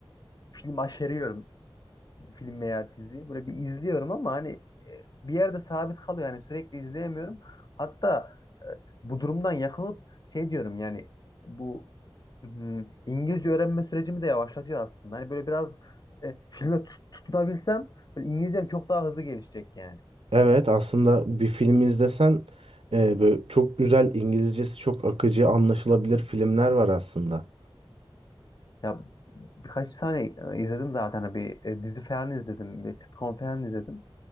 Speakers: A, on the left; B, on the right.
A: film aşeriyorum. Film veya dizi. Böyle bir izliyorum ama hani e, bir yerde sabit kalıyor. Yani sürekli izleyemiyorum. Hatta e, bu durumdan yakınıp şey diyorum yani bu hmm, İngilizce öğrenme sürecimi de yavaşlatıyor aslında. Hani böyle biraz e, filme tut- tutunabilsem böyle İngilizcem çok daha hızlı gelişecek yani.
B: Evet aslında bir film izlesen e, böyle çok güzel İngilizcesi çok akıcı anlaşılabilir filmler var aslında.
A: Ya birkaç tane e, izledim zaten. Hani Bir e, dizi falan izledim. Bir sitcom falan izledim.